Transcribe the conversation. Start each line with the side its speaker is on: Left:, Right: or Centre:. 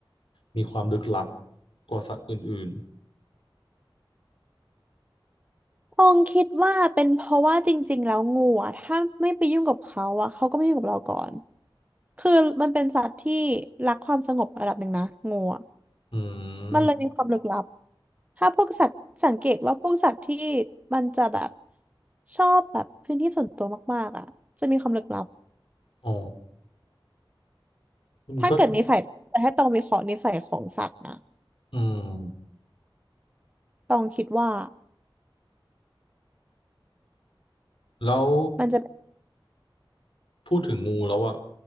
Left: มีความลึกลับกว่าสัตว์อื่น
Right: ตองคิดว่าเป็นเพราะว่าจริงๆแล้วงูอ่ะถ้าไม่ไปยุ่งกับเขาอ่ะเขาก็ไม่ยุ่งกับเราก่อนคือมันเป็นสัตว์ที่รักความสงบระดับหนึ่งนะงูอะ
Left: ๆอื
Right: มันเลยมีความลึกลับ
Left: ม
Right: ถ้าพวกสัตว์สังเกตว่าพวกสัตว์ที่มันจะแบบชอบแบบพื้นที่ส่วนตัวมากๆอ่ะจะมีความลึกลับ
Left: อ๋ออืมก็
Right: ถ้าเกิดนิสัยนะแต่ถ้าต้องมีขอนิสัยของสัตว์นะ
Left: อืม
Right: ต้องคิดว่า
Left: แล้ว
Right: มันจะ
Left: พูดถึงงูแล้วอ่ะ